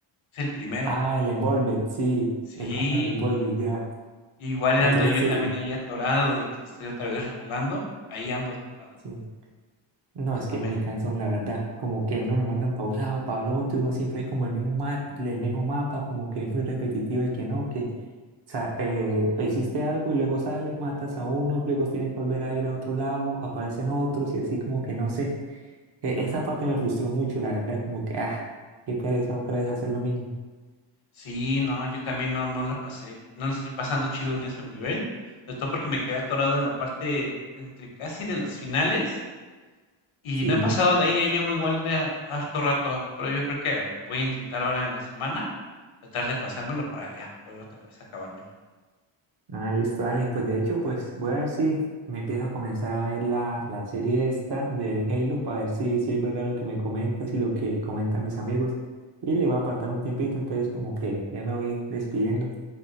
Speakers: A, on the left (about 70°); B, on the right (about 55°).
A: Es el primero.
B: Ah, el Envolved, sí,
A: Sí,
B: el Combat Envolved,
A: y,
B: ya.
A: igual
B: Entonces,
A: ando yo
B: sí,
A: también
B: sí,
A: ahí atorado de que lo estoy otra vez rejugando. Ahí ando atorado
B: sí.
A: yo,
B: No,
A: justamente.
B: es que es muy cansón, la verdad. Como que uno lo mandan para un lado, para el otro, y uno siempre es como el mismo, ma- el mismo mapa, como que es muy repetitivo y que no, que sa- eh, hiciste algo y luego sales, matas a unos, luego tienes que volver a ir a otro lado, aparecen otros y así como que no sé. E- esa parte me frustró mucho, la verdad, como que, ah, qué pereza otra vez hacer lo mismo.
A: Sí, no, yo también no no la pasé, no la estoy pasando chido en ese nivel, sobre todo porque me quedé atorado en la parte entre casi de las finales y
B: Sí.
A: no he pasado de ahí, ya llevo igual de a- harto rato, pero yo creo que voy a intentar ahora en la semana tratar de pasármelo para allá, poder otra vez acabármelo.
B: Ah, listo, Alex. Pues de hecho, pues voy a ver si me empiezo a comenzar a ver la, la serie esta del Halo para ver si, si es verdad lo que me comentas y lo que comentan mis amigos. Y le voy a apartar un tiempito, entonces como que ya me voy despidiendo.